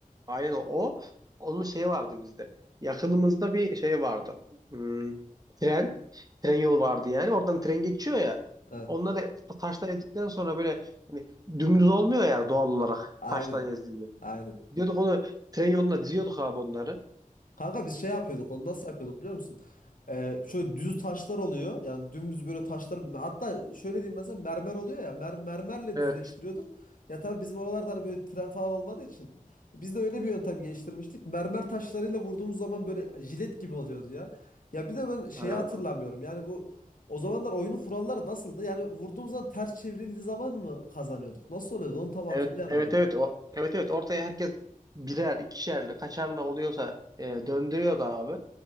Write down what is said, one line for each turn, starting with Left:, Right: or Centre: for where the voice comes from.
Right: Aynen o. Onun şeyi vardı bizde. Yakınımızda bir şey vardı. Hmm, tren. Tren yolu vardı yani. Oradan tren geçiyor ya.
Left: Evet
Right: Onları taşla ezdikten sonra böyle hani dümdüz olmuyor ya doğal olarak
Left: aynen
Right: taşla ezilmiyor.
Left: aynen.
Right: diyorduk onu tren yoluna diziyorduk abi onları.
Left: Kanka biz şey yapıyorduk onu nasıl yapıyorduk biliyor musun? Ee, şöyle düz taşlar oluyor. Yani dümdüz böyle taşlar. Hatta şöyle diyeyim mesela mermer oluyor ya. Mer mermerle
Right: Evet.
Left: düzleştiriyorduk. Ya tabii bizim oralarda hani böyle tren falan olmadığı için. Biz de öyle bir yöntem geliştirmiştik. Mermer taşlarıyla vurduğumuz zaman böyle jilet gibi oluyordu ya. Ya bir de ben şeyi
Right: Ha.
Left: hatırlamıyorum. Yani bu o zamanlar oyunun kuralları nasıldı? Yani vurduğumuz zaman ters çevrildiği zaman mı kazanıyorduk? Nasıl oluyordu? Onu tam hatırlayamadım.
Right: Evet evet evet o evet evet ortaya herkes birer, ikişerli, kaçarlı oluyorsa e, döndürüyordu abi.